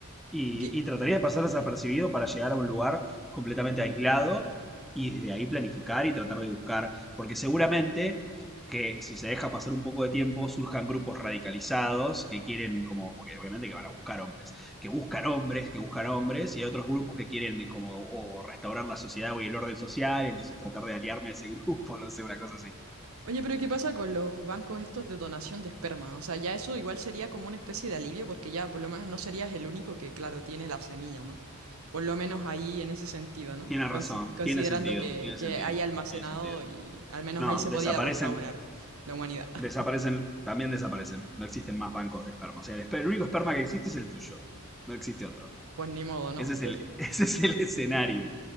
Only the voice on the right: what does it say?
¿Qué,
Oye, pero ¿qué pasa con los bancos estos de donación de esperma? O sea, ya eso igual sería como una especie de alivio porque ya por lo menos no serías el único que, claro, tiene la semilla, ¿no? Por lo menos ahí en ese sentido, ¿no?
Consi-
considerando
que,
que
hay almacenado
y al menos
ahí se
podía restaurar la humanidad. <laughs>
Pues ni modo, ¿no?
Que
se-